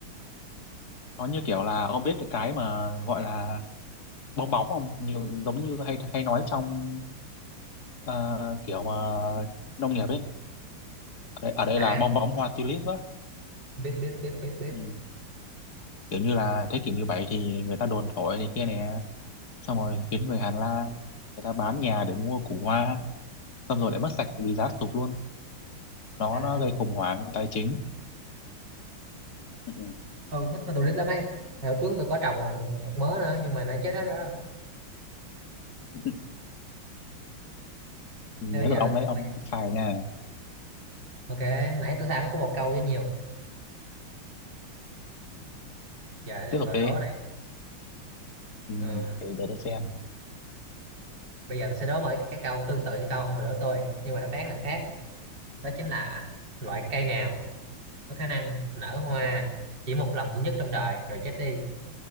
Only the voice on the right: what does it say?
à
biết biết biết biết biết
à
tôi cũng thích hoa tulip lắm ấy hồi trước tôi có trồng một mớ nữa nhưng mà nó chết hết rồi
thế bây giờ
tôi đặt
coi nha
ok nãy tôi sai mới có một câu với nhiều giờ là
tôi
đố này
Ừm,
bây giờ tôi sẽ đố một cái, cái câu tương tự như câu ông vừa đố tôi nhưng mà đáp án lại khác đó chính là loại cây nào có khả năng nở hoa chỉ một lần duy nhất trong đời rồi chết đi